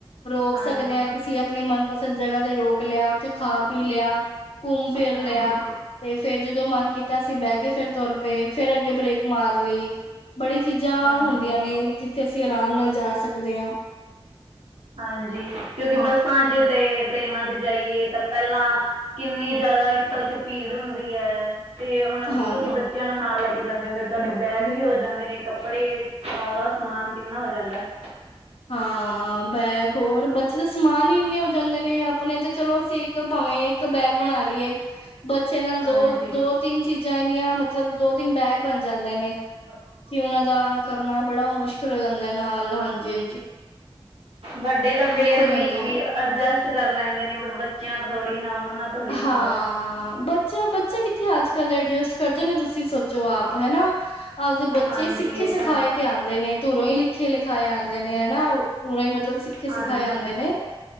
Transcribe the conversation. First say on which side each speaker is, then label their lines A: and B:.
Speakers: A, on the left; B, on the right.
A: ਰੋਕ
B: ਹਾਂਜੀ
A: ਸਕਦੇ ਹਾਂ ਕਿਸੀ ਆਪਣੀ ਮਨਪਸੰਦ ਜਗ੍ਹਾ ਤੇ ਰੋਕ ਲਿਆ, ਉੱਥੇ ਖਾ ਪੀ ਲਿਆ। ਘੁੰਮ ਫਿਰ ਲਿਆ
B: ਹਾਂਜੀ
A: ਤੇ ਫੇਰ ਜਦੋਂ ਮਨ ਕੀਤਾ ਸੀ ਬਹਿ ਕੇ ਫਿਰ ਤੁਰ ਪਏ ਫਿਰ ਅੱਗੇ ਬ੍ਰੇਕ ਮਾਰ ਲਈ। ਬੜੀ ਚੀਜ਼ਾਂ
B: ਹਾਂਜੀ
A: ਹੁੰਦੀਆਂ ਨੇ ਜਿੱਥੇ ਅਸੀਂ ਆਰਾਮ ਨਾਲ ਜਾ ਸਕਦੇ ਹਾਂ।
B: ਹਾਂਜੀ, ਕਿਉਂਕਿ ਬੱਸਾਂ ਚ ਤੇ ਟ੍ਰੇਨਾਂ ਤੇ ਜਾਈਏ ਤਾਂ ਪਹਿਲਾਂ। ਕਿੰਨੀ ਜ਼ਿਆਦਾ ਇੱਕ ਤਾਂ ਉੱਥੇ ਭੀੜ ਹੁੰਦੀ ਹੈ, ਤੇ ਹੁਣ
A: ਹਾਂ
B: ਤੁਸੀਂ, ਬੱਚਿਆਂ ਨੂੰ ਨਾਲ ਲੈ ਕੇ ਜਾਂਦੇ ਹੋ, ਫਿਰ ਤੁਹਾਡੇ ਬੈਗ ਵੀ ਹੋ ਜਾਂਦੇ ਨੇ ਕੱਪੜੇ ਸਾਰਾ ਸਮਾਨ ਕਿੰਨਾ ਹੋ ਜਾਂਦਾ।
A: ਹਾਂ ਬੈਗ ਹੋਰ, ਇੱਥੇ ਤਾਂ ਸਮਾਨ ਹੀ ਇੰਨੇ ਹੋ ਜਾਂਦੇ ਨੇ ਆਪਣੇ ਤੇ ਚਲੋ ਅਸੀਂ ਇੱਕ ਭਾਵੇਂ ਇੱਕ ਬੈਗ ਬਣਾ ਲਈਏ। ਬੱਚੇ ਨਾਲ ਦੋ
B: ਹਾਂਜੀ
A: ਦੋ ਤਿੰਨ ਚੀਜ਼ਾਂ ਇੰਨੀਆਂ ਮਤਲਬ, ਦੋ ਤਿੰਨ ਬੈਗ ਬਣ ਜਾਂਦੇ ਨੇ।
B: ਬ <unintelligible>
A: ਕਿ ਉਹਨਾਂ ਦਾ ਕਰਨਾ ਬੜਾ ਮੁਸ਼ਕਿਲ ਹੋ ਜਾਂਦਾ ਹੈ, ਨਾਲ ਹਾਂਜੀ ਹਾ
B: ਵੱਡੇ ਤਾਂ ਫੇਰ
A: ਹੋ ਜਾਂਦੀ
B: ਵੀ
A: ਆ।
B: ਵੀ, ਅਡਜਸਟ ਕਰ ਲੈਂਦੇ ਨੇ ਬੱਚਿਆਂ ਥੋੜ੍ਹੀ ਨਾ ਉਹਨਾਂ। ਥੋੜ੍ਹੀ ਨਾ
A: ਹਾਂ
B: ਹੁੰਦਾ ਹੈ।
A: ਬੱਚਾ ਬੱਚਾ ਕਿੱਥੇ, ਅੱਜ ਕੱਲ ਦੇ ਐਡਜਸਟ ਕਰਦੇ ਨੇ ਤੁਸੀਂ ਸੋਚੋ ਆਪ। ਹਨਾ, ਆਪਦੇ ਬੱਚੇ
B: ਹਾਂਜੀ
A: ਸਿੱਖੇ
B: ਇਹ
A: ਸਿਖਾਏ
B: ਤਾਂ ਹੈ
A: ਤੇ ਆਉਂਦੇ ਨੇ ਧੂਰੋਂ ਹੀ ਲਿਖੇ, ਲਿਖਾਏ ਆਉਂਦੇ ਨੇ ਹਨਾ। ਪਰਾ ਹੀ ਮਤਲਬ ਸਿੱਖੇ ਸਿਖਾਏ
B: ਹਾਂਜੀ
A: ਜਾਂਦੇ ਨੇ